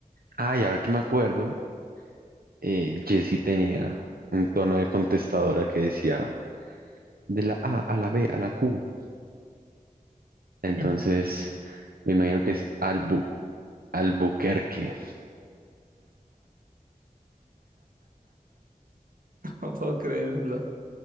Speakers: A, on the right (about 80°); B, on the right (about 70°).
A: Ah, y ahora que me acuerdo, eh, Jessy tenía un tono de contestadora que decía de la A a la B a la Q. Entonces,
B: <laughs>
A: me imagino que es Albu, Albuquerque.
B: No puedo creerlo.